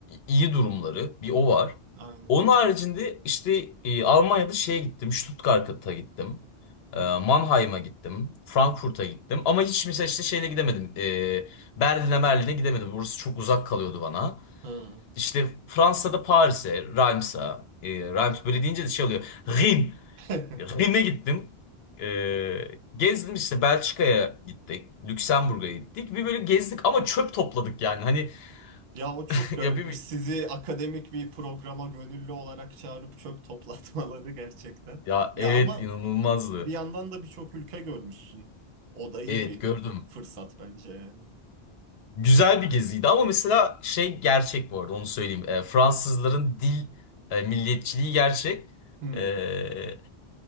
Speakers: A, on the left; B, on the right.
A: iyi durumları bir o var.
B: Aynen.
A: Onun haricinde işte e, Almanya'da şeye gittim, Stuttgart'a gittim. e, Mannheim'a
B: Hı.
A: gittim, Frankfurt'a gittim ama hiç mesela işte şeyle gidemedim. E, Berlin'e Merlin'e gidemedim. Burası çok uzak kalıyordu bana.
B: Hı.
A: İşte Fransa'da Paris'e, Reims'a, e, Reims böyle deyince de şey oluyor. Rhin,
B: <laughs>
A: Rhin'e gittim. E, gezdim işte Belçika'ya gittik, Lüksemburg'a gittik. Bir böyle gezdik ama çöp topladık yani. Hani
B: Ya o çok
A: <laughs>
B: garipmiş.
A: Ya bir
B: Sizi akademik bir programa gönüllü olarak çağırıp çöp toplatmaları gerçekten.
A: ya
B: Ya
A: evet
B: ama
A: inanılmazdı.
B: bir yandan da birçok ülke görmüşsün. O da iyi
A: Evet
B: bir
A: gördüm.
B: fırsat bence yani.
A: Güzel bir geziydi ama mesela şey gerçek bu arada onu söyleyeyim. E, Fransızların dil e, milliyetçiliği gerçek.
B: Hı
A: E,